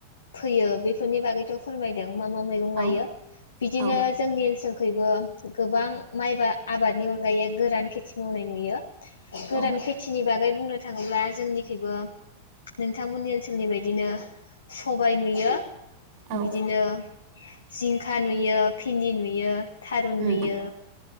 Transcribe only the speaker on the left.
फैयो बेफोरनि बागैथ' फोरमायदों। मा मा मैगं गायो
बिदिनो
जोंनि ओनसोलखैबो गोबां माइ बा आबादनि अनगायै गोरान खेथि मावनाय नुयो गोरान
खेथि नि बागै बुंनो थाङोब्ला जोंनिखैबो नोंथांमोननि ओनसोलनि बायदिनो सबाय नुयो
बिदिनो जिंखा नुयो भिन्दि नुयो। थारुन
नुयो